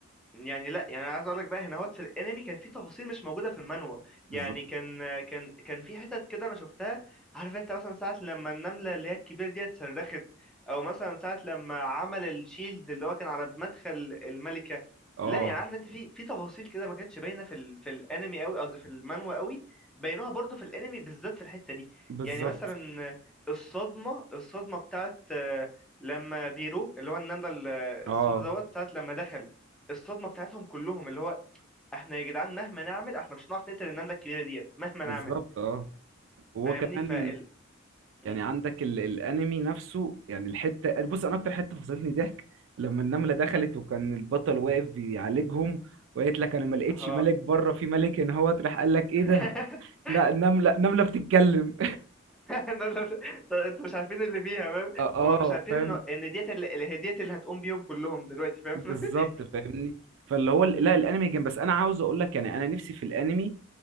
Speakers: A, in the centre; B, on the right (about 65°).
A: يعني لا يعني أنا عايز اقول لك بقى هنا هوت في الانمي كان في تفاصيل مش موجوده في المانوا
B: بالظبط
A: يعني كان كان كان في حتت كده انا شفتها عارف انت مثلا ساعه لما النمله اللي هي الكبيره دي اتصرخت او مثلا ساعه لما عمل الشيلد اللي هو كان على مدخل الملكه
B: اه
A: لا يعني عارف انت في في تفاصيل كده ما كانتش باينه في ال... في الانمي قوي قصدي في المانوا قوي بينوها برضو في الانمي بالذات في الحته دي
B: بالظبط
A: يعني مثلا الصدمه الصدمه بتاعت آه، لما بيرو اللي هو النمله
B: اه
A: السوداء دوت ساعه لما دخل الصدمه بتاعتهم كلهم اللي هو احنا يا جدعان مهما نعمل احنا مش هنعرف نقتل النمله الكبيره ديت مهما
B: بالظبط
A: نعمل
B: اه وهو
A: فاهمني
B: كمان
A: فال م.
B: يعني عندك ال الانمي نفسه يعني الحته بص انا اكتر حته فصلتني ضحك لما النمله دخلت وكان البطل واقف بيعالجهم وقالت لك انا ما لقيتش
A: اها
B: ملك بره في ملك هنا هو راح قال لك ايه
A: <laughs>
B: ده لا النمله النمله بتتكلم
A: لا، لا، لا. طب انتوا مش عارفين اللي فيها
B: <laughs>
A: فاهم
B: اه اه
A: هما مش عارفين
B: فاهم
A: ان ان ديت اللي اللي- هي ديت اللي هتقوم بيهم كلهم دلوقتي فاهم
B: بالظبط
A: <laughs>
B: فاهمني فاللي هو ال- لا الانمي جامد بس انا عاوز اقول لك يعني انا نفسي في الانمي